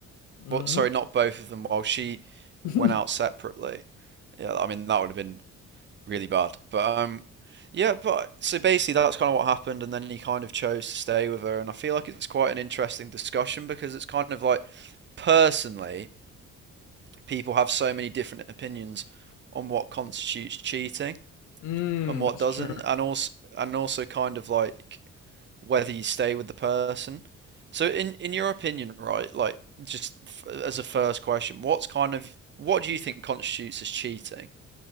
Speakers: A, on the left; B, on the right.
A: Mm-hmm.
B: Well, sorry, not both of them, while she went
A: <laughs>
B: out separately. Yeah, I mean that would have been really bad. But um yeah, but so basically that's kind of what happened and then he kind of chose to stay with her and I feel like it's quite an interesting discussion because it's kind of like personally people have so many different opinions on what constitutes cheating.
A: Mm,
B: and what
A: that's
B: doesn't,
A: true.
B: and also and also kind of like whether you stay with the person. So in in your opinion, right, like just f as a first question, what's kind of what do you think constitutes as cheating?